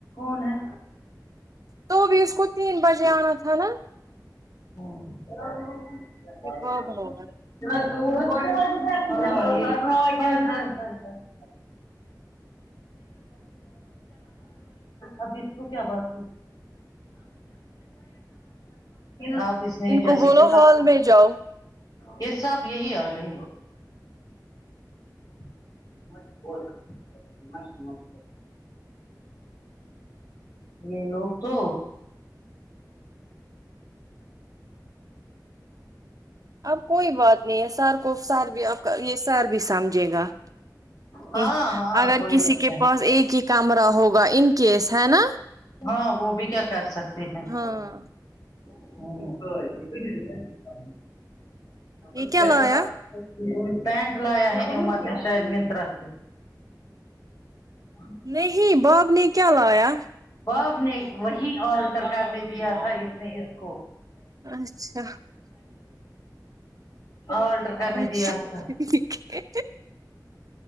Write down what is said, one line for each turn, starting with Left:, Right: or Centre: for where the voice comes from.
Left: کون ہے
Right: تو بھی اس کو تین بجے آنا تھا نا
Left: ہمم
Right: یہ بب ہوگا
Left: <inaudible> ابھی اس کو کیا بات ہوئی ہاں بیس نہیں
Right: ان کو
Left: جیسے
Right: بولو
Left: کی لیپ
Right: ہال
Left: ٹاپ
Right: میں جاؤ
Left: یے سب یہی آ گئے <unintelligible> <unintelligible> یے لوگ تو
Right: اب کوئی بات نہیں ہے سر کو سر بھی یے سر بھی سمجھے گا
Left: ہاں
Right: کہ
Left: ہاں
Right: اگر
Left: کوئی
Right: کسی
Left: بات
Right: کے
Left: نہیں
Right: پاس ایک ہی کمرہ ہوگا ان کیس ہے نا
Left: ہاں وہ بھی کیا کر سکتے ہیں <unintelligible>
Right: ہاں یہ کیا لایا
Left: پینٹ لایا ہے عمر نے شاید منترا سے <inaudible>
Right: نہیں باپ نے کیا لایا
Left: باپ نے وہی آلٹر کرنے دیا تھا اس نے اس کو
Right: اچھا
Left: الٹر کرنے
Right: اچھا
Left: دیا
Right: ٹھیک
Left: تھا
Right: ہے